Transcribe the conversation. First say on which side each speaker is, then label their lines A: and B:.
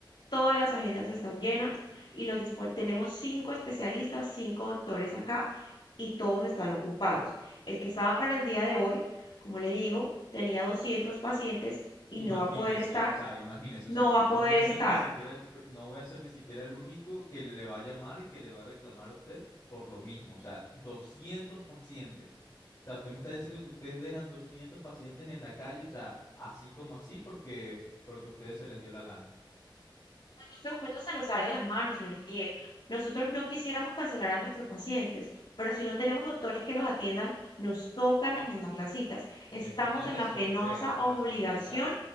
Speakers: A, on the left; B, on the left.
A: todas las agendas están llenas y los dispo- tenemos cinco especialistas, cinco doctores acá y todos están ocupados. El que estaba para el día de hoy, como le digo, tenía 200 pacientes y
B: Imagínese,
A: no va a poder estar,
B: o sea, imagínese,
A: no
B: o sea, que
A: va
B: yo
A: a poder
B: no voy a ser
A: estar.
B: ni siquiera el, pr- no voy a ser ni siquiera el único que le va a llamar y que le va a reclamar a usted por lo mismo, o sea, 200 pacientes. O sea, usted me está diciendo que ustedes dejan 200 pacientes en la calle, o sea, así como así porque porque a ustedes se les dio la gana.
A: Este momento se nos sale de las manos, señor Daniel. Nosotros no quisiéramos cancelar a nuestros pacientes, pero si no tenemos doctores que los atiendan, nos toca reagendar las citas.
B: les
A: Estamos
B: toca resolver,
A: en la penosa obligación
B: resolver, o sea,